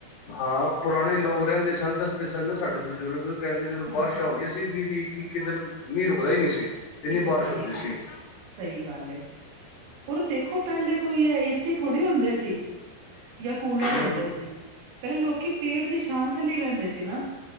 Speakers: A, on the left; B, on the right.
A: ਹਾਂ, ਪੁਰਾਣੇ ਲੋਕ ਰਹਿੰਦੇ ਸਨ ਦੱਸਦੇ ਸਨ ਨਾ ਸਾਡੇ ਬਜ਼ੁਰਗ ਕਹਿੰਦੇ ਜਦੋਂ
B: ਹਾਂ
A: ਬਾਰਿਸ਼ ਆਉਂ ਏਸੀ ਵੀ-ਵੀ, ਇੱਕੀ-ਇਕੀ ਦਿਨ ਮੀਂਹ ਰੁਕਦਾ ਹੀ ਨਹੀਂ ਸੀ ਇੰਨੀ
B: ਰੁਕਦਾ
A: ਬਾਰਿਸ਼ ਹੁੰਦੀ
B: ਨਹੀਂ
A: ਸੀ।
B: ਸਹੀ ਗੱਲ ਏ, ਔਰ ਦੇਖੋ ਪਹਿਲੇ ਕੋਈ ਏਸੀ ਥੋੜ੍ਹੀ ਹੁੰਦੇ ਸੀ। ਜਾਂ ਕੂਲਰ
A: ਹੂੰ
B: ਹੁੰਦੇ ਸੀ। ਪਹਿਲਾਂ ਲੋਕੀ ਪੇੜ ਦੀ ਛਾਂ ਥੱਲੇ ਹੀ ਬੈਂਦੇ ਸੀ ਨਾ।